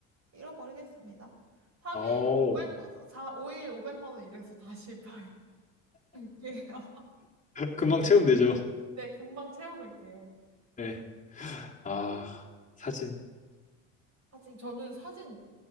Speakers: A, on the right; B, on the left.
A: 잃어버리겠습니다. 3일
B: 어,
A: 500만, 사 5일 500만 원 이래서 다시 팔- 팔게요. <laughs>
B: 금방 체험되죠.
A: 네, 금방 채워볼게요.
B: 네. 아,
A: 아,
B: 사진.
A: 사진. 저는 사진,